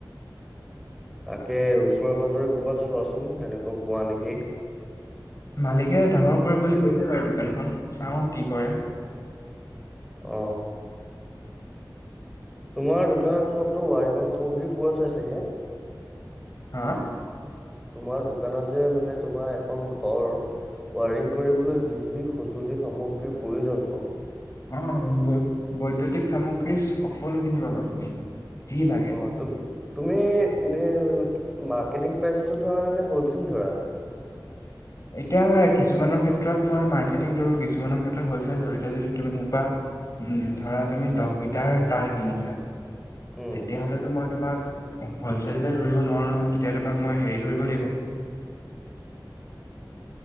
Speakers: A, in the centre; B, on the left.
A: তাকে ওচৰেৰে পাজৰে কৰ'বাত চোৱাচোন এনেকুৱা পোৱা নেকি?
B: মালিকে ডাঙৰ কৰিম বুলি কৈছে বাৰু দোকানখন চাওঁ কি কৰে।
A: অ তোমাৰ দোকানত চবতো ৱাৰিঙৰ সামগ্ৰী পোৱা যায় চাগে?
B: হা
A: তোমাৰ দোকানত যে মানে তোমাৰ এখন ঘৰ ৱাৰিং কৰিবলৈ যি যি সজুলি সামগ্ৰী পয়োজন
B: অ বৈদতিক সামগ্ৰী সকলোখিনি পাবা তুমি যি লাগে।
A: অ তুম তুমি এনেই মাৰ্কেটিং প্ৰাইচটো ধৰাে হলচেল ধৰা?
B: এতিয়া কিছুমানৰ ক্ষেত্ৰত মই মাৰ্কেটিং ধৰো, কিছুমানৰ ক্ষেত্ৰত হ'লচেল ধৰো, এতিয়া যদি তুমি মুপা উম ধৰা তুমি দহ মিটাৰ তাৰ কিনিছা,
A: উম
B: তেতিয়া হলে তোমাক। তোমাক হলছেলে ধৰিব নোৱাৰো নহৈ তেতিয়া তুমাক মই হেৰি ধৰিব লাগিব।
A: <unintelligible>